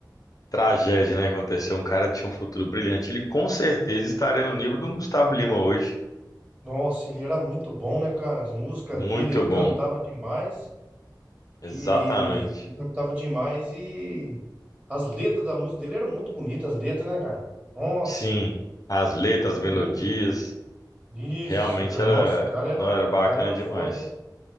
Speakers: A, on the left (about 50°); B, on the right (about 20°).
A: tragédia, né? Aconteceu. Um cara tinha um futuro brilhante. Ele com certeza estaria no nível do Gustavo Lima hoje.
B: Nossa, ele era muito bom, né, cara? As músicas
A: Muito
B: dele, ele cantava
A: bom,
B: demais. E
A: exatamente.
B: ele cantava demais e as letras da música dele eram muito bonitas, as letras, né, cara? Nossa,
A: Sim, as letras,
B: foi um
A: as melodias,
B: novo. Isso,
A: realmente
B: cara.
A: era,
B: Nossa, o cara era,
A: não era
B: o
A: bacana
B: cara era
A: demais.
B: foda, hein?